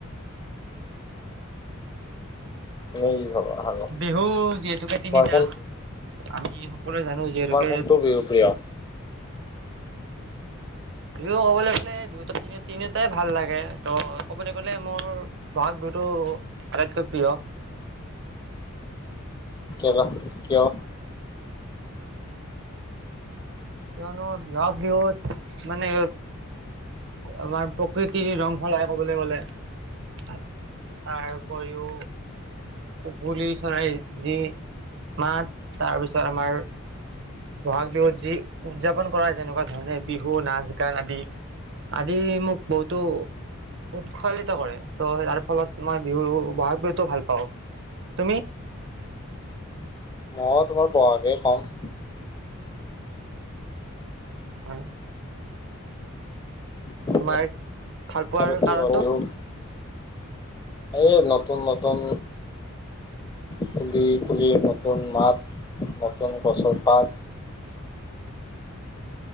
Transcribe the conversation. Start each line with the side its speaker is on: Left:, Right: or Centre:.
Left: তুমি কি ক'বা আৰু
Right: বিহু যিহেতুকে তিনিটা
Left: তোমাৰ
Right: আমি সকলোৱে জানো যিহেতুকে
Left: কোনটো বিহু প্ৰিয়।
Right: বিহু ক'বলৈ গলে, বিহু তিনিটাই ভাল লাগে, ত' ক'বলৈ গ'লে মোৰ বহাগ বিহুতটো আটাইতকৈ প্ৰিয়।
Left: প্ৰিয় কিয়
Right: কিয়নো বহাগ বিহুত মানে, আমাৰ প্ৰকৃতিৰ ৰং সলাই, ক'বলৈ গলে, তাৰ উপৰিও কুলি চৰাই যি মাত তাৰপিছত আমাৰ। বহাগ বিহুত যি উদযাপন কৰা, যেনেকুৱা ধৰণে বিহু নাচ গান আদি, মোক বহুতো উৎসাহিত কৰে, ত, তাৰ ফলত মই বিহু বহাগ বিহুটো ভাল পাওঁ, তুমি?
Left: মই তোমাৰ বহাকেই কম।
Right: হয়।
Left: তুমি
Right: তোমাৰ ভাল পোৱাৰ
Left: আৰু কি
Right: কাৰণটো?
Left: ক'বা? বিহু এই নতুন, নতুন, পুলি, পুলি, নতুন মাত, নতুন গছৰ পাত